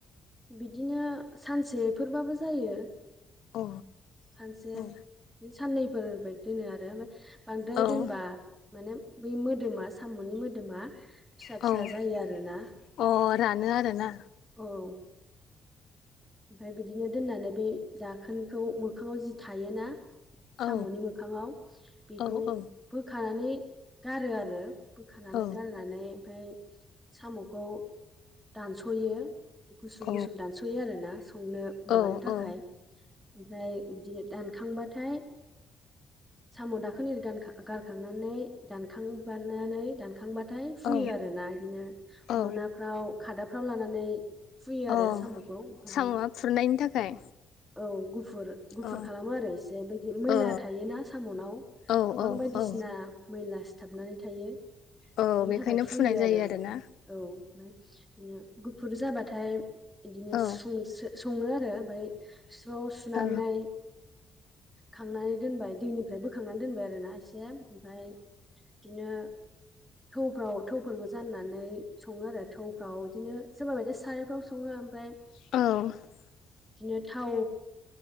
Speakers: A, in the centre; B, on the left (about 75°).
A: बिदिनो सानसेफोरबाबो जायो।
B: अ
A: सानसे
B: औ
A: साननैफोर बाय दोनो आरो ओमफ्राय बांद्राय
B: औ
A: दोनबा माने बै मोदोमा साम'नि मोदोमा फिसा
B: औ
A: फिसा जायो आरोना
B: अ रानो आरोना
A: औ। ओमफफ्राय बिदिनो दोननानै बे दाखोनखौ मोखाङाव जि थायोना
B: औ
A: साम'नि मोखाङाव बेखौ
B: औ औ
A: बोखानानै गारो आरो। बोखानानै
B: अ
A: गारनानै ओमफ्राय साम'खौ दानस'यो। गुसुं
B: औ
A: गुसुं दानस'यो आरोना। संनो
B: औ
A: माबानो थाखाय ओमफ्राय बिदिनो दानखांबाथाय साम' दाखोन गारखांनानै दानखांबनानै दानखांबा फुयो
B: औ
A: आरोना बिदिनो
B: औ
A: मनाफ्राव खादाफ्राव लानानै फुयो
B: अ
A: आरो साम'खौ ओमफ्राय
B: साम'आ फुरनायनि थाखाय।
A: औ गुफुर गुफुर
B: अ
A: खालामो आरो इसे बायदि मैला
B: ओ
A: थायोना साम'नाव।
B: औ
A: गोबां बायदिसिना
B: औ
A: मैला सिथाबनानै थायो।
B: औ
A: बिनि
B: बेखायनो
A: थाखाय फुयो
B: फुनाय जायो
A: आरो
B: आरोना
A: औ। बिदिनो गुफुर जाबाथाय बिदिनो
B: औ
A: सङो आरो ओमफ्राय स्र' सुनानै
B: औ
A: खांनानै दोनबाय दैनिफ्राय बोखांनानै दोनबाय आरोना एसेओमफ्राय बिदिनो थौफ्राव थौफोरखौ जाननानै सङो आरो थौफ्राव बिदिनो सोरबा बायदि सारायफ्राव सङो ओमफ्राय
B: औ
A: बिदिनो थाव